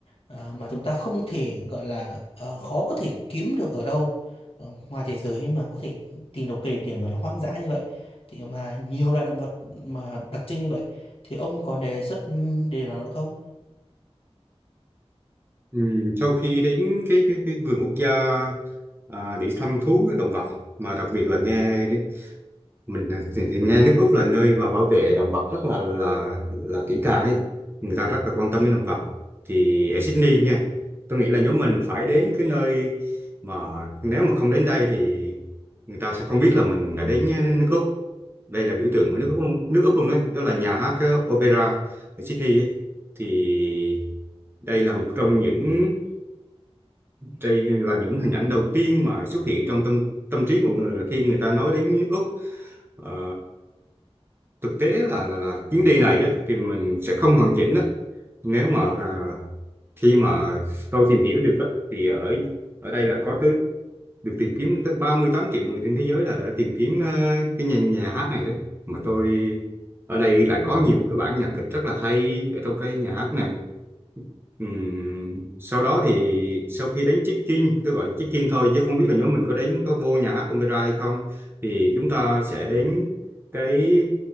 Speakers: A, on the left; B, on the right.
A: à, mà chúng ta không thể gọi là ờ, khó có thể kiếm được ở đâu ờ, ngoài thế giới mà có thể tìm được cái địa điểm mà nó hoang dã như vậy thì mà nhiều loại động vật mà đặc trưng như vậy thì ông còn đề xuất ừ, địa điểm nào nữa không?
B: Ừm, sau khi đến cái cái, cái vườn quốc gia à, để thăm thú cái động vật mà đặc biệt là nghe mình thì, thì nghe nước Úc là nơi mà bảo vệ động vật rất là là là kỹ càng ấy người ta rất là quan tâm đến động vật thì ở Sydney nha tôi nghĩ là nhóm mình phải đến cái nơi mà nếu mà không đến đây thì người ta sẽ không biết là mình đã đến đến nước Úc đây là biểu tượng của nước Úc luôn, nước Úc luôn đấy đó là nhà hát ờ, opera ở Sydney ấy. thì đây là một trong những đây là những hình ảnh đầu tiên mà xuất hiện trong tâm tâm trí mọi người là khi người ta nói đến nước Úc Ờ, thực tế là là là chuyến đi này á, thì mình sẽ không hoàn chỉnh á. Nếu mà à, khi mà tôi tìm hiểu được á, thì ở ở đây là có tới được tìm kiếm tới 38 triệu người trên thế giới là đã tìm kiếm ờ, cái nhà, nhà hát này đấy. Mà tôi ở đây lại có nhiều cái bản nhạc kịch rất là hay ở trong cái nhà hát này Ừm, sau đó thì sau khi đến check-in tôi gọi là check-in thôi chứ không biết là nhóm mình có đến có vô nhà hát Omira hay không thì chúng ta sẽ đến cái